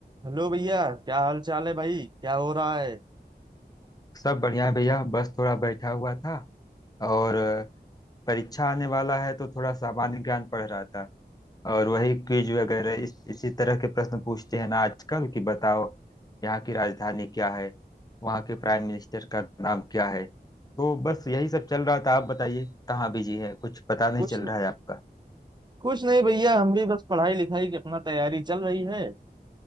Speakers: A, on the right; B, on the left.
A: Hello भैया क्या हाल चाल है भाई क्या हो रहा है
B: सब बढ़िया है भैया बस थोड़ा बैठा हुआ था और अ, परीक्षा आने वाला है तो थोड़ा सामान्य ज्ञान पढ़ रहा था और वही क्विज वगैरह इस इसी तरह के प्रश्न पूछते हैं ना आजकल कि बताओ यहाँ की राजधानी क्या है वहाँ के प्राइम मिनिस्टर का नाम क्या है तो बस यही सब चल रहा था आप बताइए कहाँ बिजी है कुछ पता नहीं
A: कुछ
B: चल रहा है आपका
A: कुछ नहीं भैया हम भी बस पढ़ाई लिखाई की अपना तैयारी चल रही है